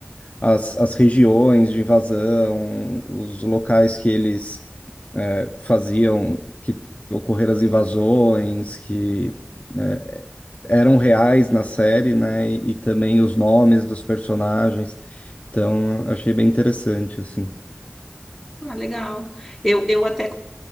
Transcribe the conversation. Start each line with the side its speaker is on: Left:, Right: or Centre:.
Left: as, as regiões de invasão, os locais que eles eh, faziam que ocorreram as invasões, que eh, eram reais na série, né? E, e também os nomes dos personagens. Então, eu achei bem interessante, assim.
Centre: Ah, legal. Eu, eu até